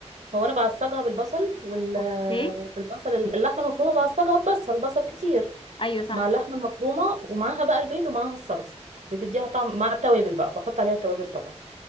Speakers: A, on the right; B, on the left.
A: هو انا بعصجها بالبصل وال
B: اوكي
A: بالبصل اللحمه المفرومه بعصجها ببصل بصل كتير
B: ايوه صح
A: مع اللحمه المفرومه ومعاها بقى البيض ومعاها الصلصه بتديها طعم مع التوابل بقى بحط عليها التوابل طبعا